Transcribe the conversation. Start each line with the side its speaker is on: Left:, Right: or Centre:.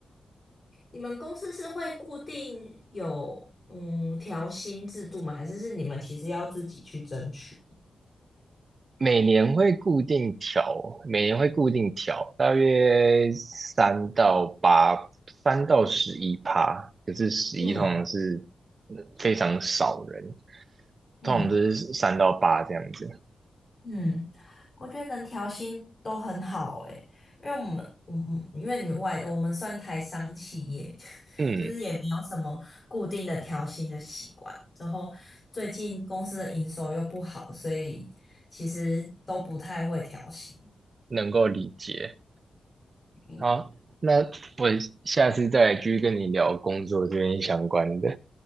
Left: 你们公司是会固定有嗯调薪制度吗？还是是你们其实要自己去争取？
Right: 每年会固定调，每年会固定调，大约三到八，三到十一趴。可是十一通常是
Left: 嗯
Right: 非常少人，
Left: 嗯
Right: 通常都是三到八这样子。
Left: 嗯，我觉得能调薪都很好诶，因为我们嗯嗯，因为你外我们算台商企业，<laughs>
Right: 嗯，
Left: 就是也没有什么固定的调薪的习惯。之后最近公司的营收又不好，所以其实都不太会调薪。
Right: 能够理解。
Left: 嗯，
Right: 好，那我下次再来继续跟你聊工作这边相关的。